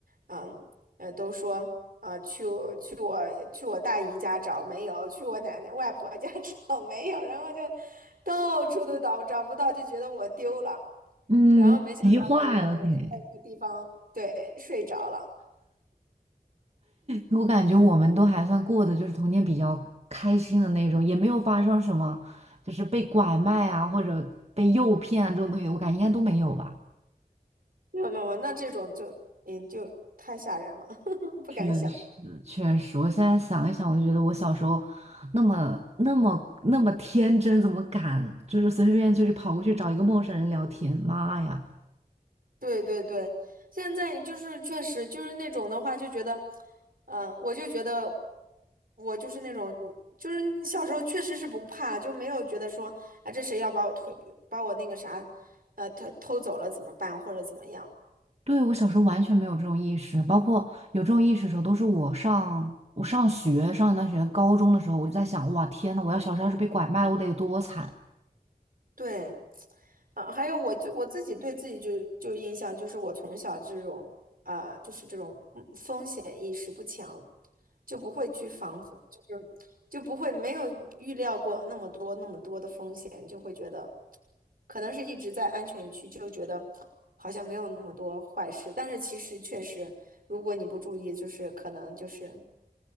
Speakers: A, on the right; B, on the right.
A: 嗯呃都说啊、去我去我去我大姨家找没有，去我奶奶外婆家 <laughs> 找没有，然后就到处都找找不到，就觉得我丢了，
B: 嗯，
A: 然后没想到就是我我是在一个地方对睡着了。
B: 急坏了给。我感觉我们都还算过的，就是童年比较开心的那种，也没有发生什么，就是被拐卖啊或者被诱骗啊这种东西，我感觉应该都没有吧。
A: 没有没有，那这种就嗯就太吓人了，<laughs> 不敢想。
B: 确实，确实，我现在想一想，我就觉得我小时候那么、那么、那么天真，怎么敢就是随随便便就去跑过去找一个陌生人聊天？妈呀！
A: 对对对，现在就是确实就是那种的话，就觉得，嗯、我就觉得我就是那种，就是你小时候确实是不怕，就没有觉得说啊这谁要把我推把我那个啥，呃偷偷走了怎么办或者怎么样。
B: 对，我小时候完全没有这种意识，包括有这种意识的时候，都是我上我上学上一段学高中的时候，我就在想，哇，天呐，我要小时候要是被拐卖了，我得有多惨！
A: 对，啊，还有我就我自己对自己就就印象就是我从小这种啊、就是这种嗯风险意识不强，就不会去防范，就是就不会没有预料过那么多那么多的风险，就会觉得可能是一直在安全区，就觉得好像没有那么多坏事，但是其实确实，如果你不注意，就是可能就是